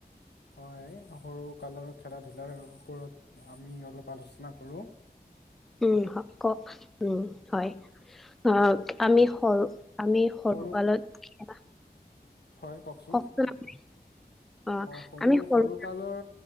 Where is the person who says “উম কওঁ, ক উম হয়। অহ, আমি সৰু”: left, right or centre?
Centre